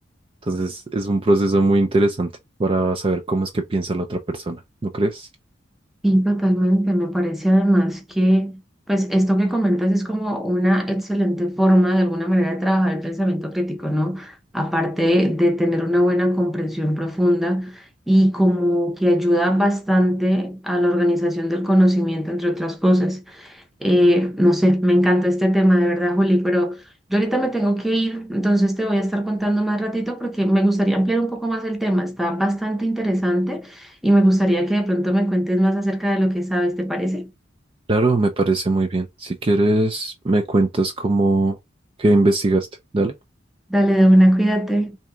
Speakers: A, on the right; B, in the centre.
A: Entonces es un proceso muy interesante para saber cómo es que piensa la otra persona, ¿no crees?
B: Y totalmente, me parece además que pues esto que comentas es como una excelente forma de alguna manera de trabajar el pensamiento crítico, ¿no? Aparte de tener una buena comprensión profunda y como que ayuda bastante a la organización del conocimiento, entre otras cosas. Eh, no sé, me encantó este tema, de verdad, Juli, pero yo ahorita me tengo que ir, entonces te voy a estar contando más ratito porque me gustaría ampliar un poco más el tema. Está bastante interesante y me gustaría que de pronto me cuentes más acerca de lo que sabes, ¿te parece?
A: Claro, me parece muy bien. Si quieres, me cuentas cómo, qué investigaste. Dale.
B: Dale de una, cuídate.